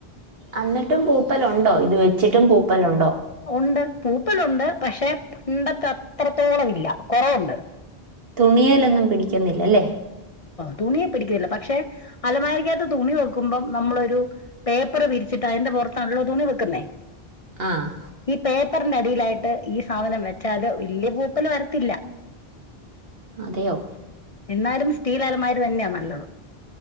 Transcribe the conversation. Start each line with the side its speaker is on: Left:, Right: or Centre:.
Right: എന്നിട്ടും പൂപ്പലുണ്ടോ ഇത് വെച്ചിട്ടും
Left: പൂ
Right: പൂപ്പലുണ്ടോ
Left: ഉണ്ട് പൂപ്പലുണ്ട് പക്ഷെ പണ്ടത്തെ അത്രത്തോളം ഇല്ല കുറവുണ്ട്
Right: തുണിയിലൊന്നും പിടിക്കുന്നില്ലല്ലേ
Left: തുണിയെ പിടിക്കുന്നില്ല പക്ഷെ അലമാരിക്കാത്ത തുണി വെക്കുമ്പം നമ്മളൊരു പേപ്പറ് വിരിച്ചിട്ട് അതിന്റെ പുറത്താണല്ലോ തുണി വെക്കുന്നേ
Right: ആഹ്
Left: ഈ പേപ്പറിന്റെ അടിയിലായിട്ട് ഈ സാധനം വെച്ചാല് വല്യായ പൂപ്പല് വരത്തില്ല
Right: അതെയോ?
Left: എന്നാലും സ്റ്റീല് അലമാര തന്നെയാ നല്ലത്